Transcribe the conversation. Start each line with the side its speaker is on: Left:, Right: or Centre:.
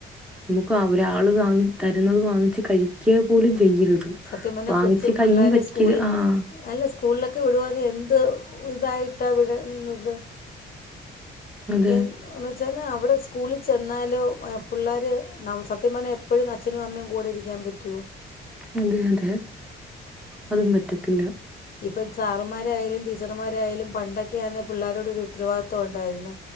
Centre: നമ്മക്ക് അവ ഒരാള് വാങ്ങി തരുന്നത് വാങ്ങിച്ച് കഴിക്ക പോലും ചെയ്യരുത്.
Left: സത്യം പറഞ്ഞാ
Centre: വാങ്ങിച്ച്
Left: കൊച്ചു
Centre: കൈ
Left: പിള്ളേര്
Centre: വെക്കല്
Left: സ്കൂളി
Centre: ആഹ്
Left: അല്ല സ്കൂളിലൊക്കെ വിടുവാന്നെ എന്ത് ഉ ഇതായിട്ടാ വിട്ന്നത്?
Centre: അതെ
Left: എൻ എന്ന് വെച്ചാല് അവിടെ സ്കൂളിൽ ചെന്നാലും ആഹ് പിള്ളേര് ന സത്യം പർഞ്ഞാ എപ് എപ്പഴും അച്ഛനും അമ്മയും കൂടെ ഇരിക്കാൻ പറ്റോ?
Centre: അതെ അതെ അതും പറ്റത്തില്ലാ.
Left: ഇപ്പം സാറന്മാരായാലും ടീച്ചർമാരായാലും പണ്ടൊക്കെയാന്നെ പിള്ളേരോട് ഒരു ഉത്തരവാദിത്തം ഒണ്ടായിരുന്നു.